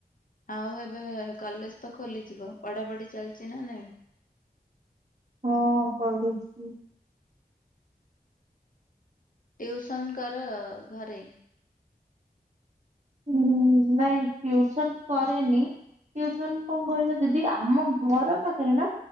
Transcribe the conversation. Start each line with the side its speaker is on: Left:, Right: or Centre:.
Left: ଆଉ ଏବେ କଲେଜ ତ ଖୋଲିଯିବ ପଢାପଢି ଚାଲିଛି ନା ନାଇଁ?
Right: ହଁ ପଢୁଛି।
Left: ଟିଉସନ କର ଘରେ?
Right: ଉଁ ନାଇଁ ଟିୟୁସନ୍ କରେନି। ଟିଉସନ କଣ କହିଲ ଦିଦି ଆମ ଘର ପାଖରେ ନା